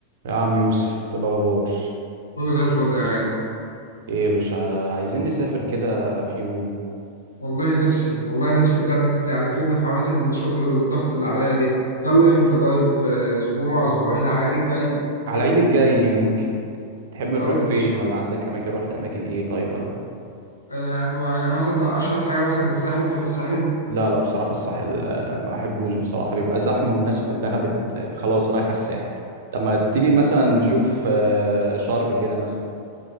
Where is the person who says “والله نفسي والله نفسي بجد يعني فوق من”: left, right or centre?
Left